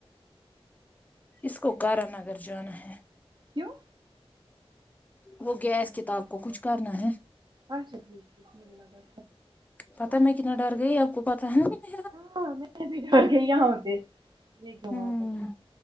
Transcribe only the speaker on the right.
کیوں
اچا ٹھیک مجھے لگا
ہاں میں ہہی درر گیی یہا ہوں یہ کیوں
وپس